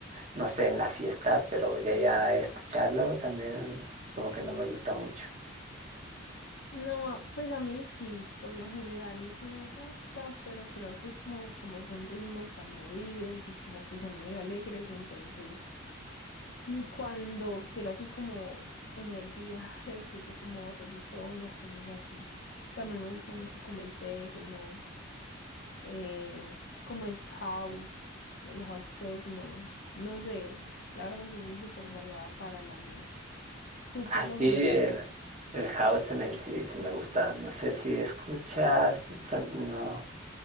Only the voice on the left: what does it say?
No, ah, pues a mí sí, por lo general sí me gusta, pero creo que es como, como son ritmos tan movidos y como que son medio alegres, entonces Mm, Cuando quiero así como energía, <laughs> escucho como reggaetón o cosas así. También me gusta mucho como el techno, eh, como es house, el house techno. No sé, la verdad yo soy súper variada para la música. Tú
por lo general,